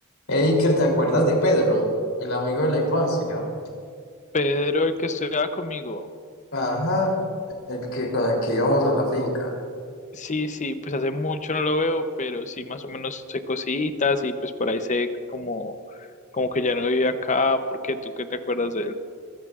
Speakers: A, on the left (about 65°); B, on the left (about 35°).
A: Eiker, ¿te acuerdas de Pedro, el amigo de la infancia?
B: Pedro, el que estudiaba conmigo.
A: Ajá, el que con el que íbamos a la finca.
B: Sí, sí, pues hace mucho no lo veo, pero sí más o menos sé cositas y pues por ahí sé como, como que ya no vive acá, porque tú qué te acuerdas de él.